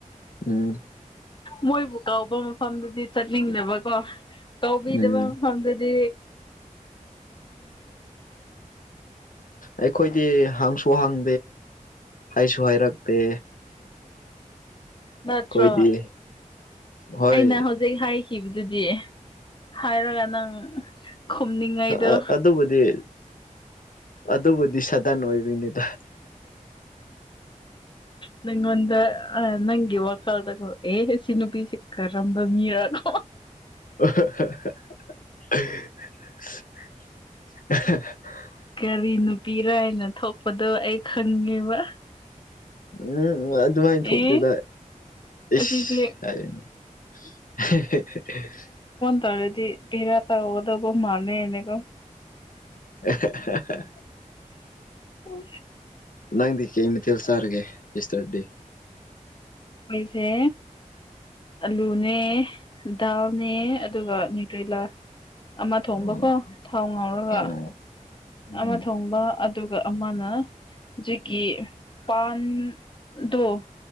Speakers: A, on the left (about 80°); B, on the left (about 35°).
A: ꯎꯝ
B: ꯃꯣꯏꯕꯨ ꯀꯥꯎꯕ ꯃꯐꯝꯗꯨꯗꯤ ꯆꯠꯅꯤꯡꯗꯕꯀꯣ ꯇꯧꯕꯤꯗꯕ
A: ꯎꯝ
B: ꯃꯐꯝꯗꯗꯤ
A: ꯑꯩꯈꯣꯏꯗꯤ ꯍꯪꯁꯨ ꯍꯪ ꯍꯏ ꯁꯨꯍꯏ ꯔꯛꯗ
B: ꯅꯠꯇ꯭ꯔꯣ
A: ꯀꯣꯏꯗ ꯍꯣꯏ
B: ꯑꯩꯅ ꯍꯧꯖꯤꯛ ꯍꯥꯏꯈꯤꯕꯗꯨꯗꯤ ꯍꯥꯏꯔꯒ ꯅꯪ ꯈꯨꯝꯅꯤꯡꯉꯥꯏꯗꯣ
A: ꯑ ꯑꯗꯨꯕꯨꯗꯤ ꯑꯗꯨꯕꯨꯗꯤ ꯁꯥꯗꯥꯟ ꯑꯣꯏꯕꯤꯅꯤꯗ
B: ꯅꯪꯣꯗ ꯑ ꯅꯪꯒꯤ ꯋꯥ ꯈꯜꯗꯣ ꯑꯦ ꯁꯤ ꯅꯨꯄꯤꯁꯦ ꯀꯔꯝꯕ ꯃꯤꯔꯅꯣ
A: ꯑꯣ <unintelligible>
B: ꯀꯔꯤ ꯅꯨꯄꯤꯔꯥ ꯍꯥꯏꯅ ꯊꯣꯛꯄꯗꯣ ꯑꯩ ꯈꯪꯉꯦꯕ
A: ꯎꯝ ꯑꯗꯨꯃꯥꯏꯅ ꯊꯣꯛꯇꯨꯗ
B: ꯑꯦ
A: ꯏꯁꯁ
B: ꯑꯁꯤꯁꯦ
A: ꯍꯥꯏꯅꯦ <unintelligible>
B: ꯇꯔꯦꯗꯤ ꯄꯤꯔꯥ ꯇ ꯑꯣꯗꯧꯕ ꯃꯥꯅꯦꯅꯦꯕ
A: <inaudible>
B: ꯑꯣ
A: ꯅꯪꯗꯤ ꯀꯩ ꯃꯊꯦꯜ ꯆꯥꯔꯒꯦ ꯏꯁꯇꯔ ꯗꯦ
B: ꯄꯣꯏꯁꯦ ꯑꯂꯨꯅꯦ ꯗꯥꯜꯅꯦ ꯑꯗꯨꯒ ꯅ꯭ꯌꯨꯇ꯭ꯔꯔꯤꯂꯥ ꯑꯃ ꯊꯣꯡꯕꯀꯣ
A: ꯑꯣ
B: ꯊꯥꯎ ꯉꯥꯎꯔꯒ
A: ꯑꯣ ꯎꯝ
B: ꯑꯃ ꯊꯣꯡꯕ ꯑꯗꯨꯒ ꯑꯃꯅ ꯦꯀꯤ ꯄꯥꯟꯗ